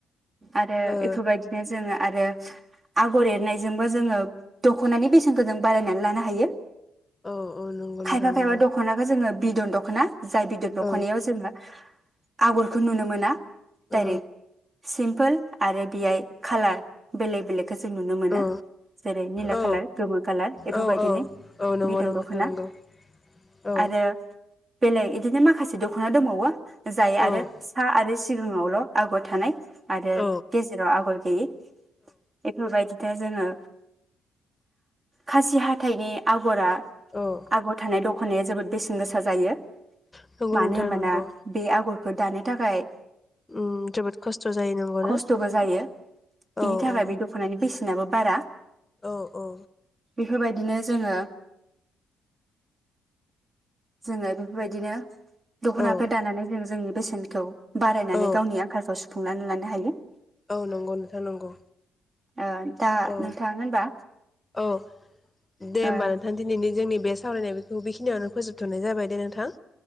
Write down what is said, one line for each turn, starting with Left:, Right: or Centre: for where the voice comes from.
Right: आरो
Left: ओ
Right: बेफोरबायदिनो जोङो आरो आगर एरनायजोंबो जोङो दखनानि बेसेनखौ जों बारायनानै लानो हायो
Left: औ औ नंगौ नोंथां
Right: खायफा
Left: नंगौ
Right: खायफा दखनाखो जोङो बिदन दखना जाय बिदन दखनायाव
Left: औ
Right: जोङो आगरखौ नुनो मोना डाइरेक्ट
Left: ओ
Right: सिम्पोल आरो बेहाय कालार बेलेक बेलेक बेखौ जों नुनो मोनो
Left: औ
Right: जेरै निला
Left: औ
Right: खालार गोमो खालार बेफोरबायदिनि
Left: औ औ नंगौ
Right: बिदन
Left: नोंथां
Right: दखना
Left: नंगौ औ
Right: आरो बेलेग इदिनो माखासे दखना दंबावो <inaudible> जाय
Left: औ
Right: आरो फिसा आरो सिम जिङावल आगर थानाय आरो
Left: औ
Right: गेजेराव आगर गैयि बेफोरबायदिनो जोङो खासि हाथाइनि आगरा
Left: औ
Right: आगर थानाय दखनाया जोबोद बेसेन गोसा जायो
Left: नंगौ
Right: मानो
Left: नोंथां
Right: होनबाना
Left: नंगौ
Right: बे आगरखौ दानो थाखाय
Left: उम जोबोद खस्थ जायो नांगौ
Right: खस्थ'बो
Left: ना
Right: जायो बेनि
Left: औ औ
Right: थाखाय बे दख'नानि बेसेनाबो बारा
Left: औ औ
Right: बेफोरबायदिनो जोङो जोङो बेफोरबायदिनो दखनाखो
Left: औ
Right: दानानै जों जोंनि बेसेनखौ बारायनानै
Left: औ
Right: गावनि आंखालखौ सुफुंनानै लानो हायो
Left: औ नंगौ नोंथां नंगौ
Right: ओ दा
Left: औ
Right: नोंथां होनबा
Left: औ दे होमबा
Right: अ
Left: नोंथां दिनैनि जोंनि बे सावरायनाय बेखौ बेखिनियावनो फोजोबथनाय जाबाय दे नोंथां